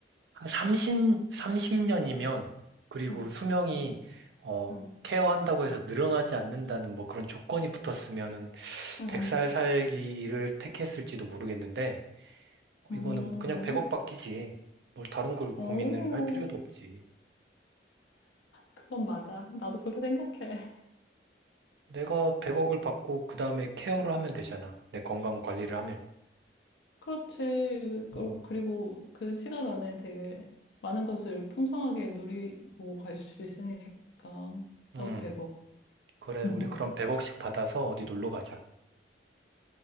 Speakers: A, on the right; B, on the left.
A: 한 30, 삼십 년이면 그리고
B: 응,
A: 수명이, 어,
B: 응,
A: 케어한다고 해서 늘어나지 않는다는 뭐 그런 조건이 붙었으면은
B: 응,
A: 100살 살기를 택했을지도 모르겠는데,
B: 응.
A: 이거는 그냥 100억
B: 음,
A: 받기지. 뭘 다른 걸 고민을
B: 오,
A: 할 필요도 없지.
B: 그건 맞아. 나도 그렇게 생각해.
A: 내가 100억을 받고 그 다음에 케어를 하면 되잖아. 내 건강 관리를 하면.
B: 그렇지. 그-
A: 어,
B: 그리고 그 시간 안에 되게 많은 것을 풍성하게 누리고 갈 수 있으니까
A: 음,
B: 나도 배고.
A: 그래.
B: <laughs>
A: 우리 그럼 100억씩 받아서 어디 놀러 가자.